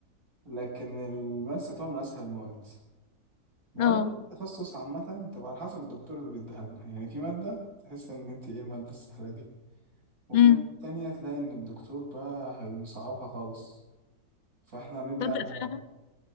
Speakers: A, on the right; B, on the left.
A: لكن الماس يعتبر من أسهل المواد المواد
B: اه
A: دي التخصص عامة تبقى على حسب الدكتور اللي بيديها لنا يعني في مادة تحس إن أنت إيه المادة السهلة دي وفي
B: امم
A: مادة تانية تلاقي إن الدكتور بقى هيصعبها خالص فإحنا هنبدأ
B: تصدق
A: نفهم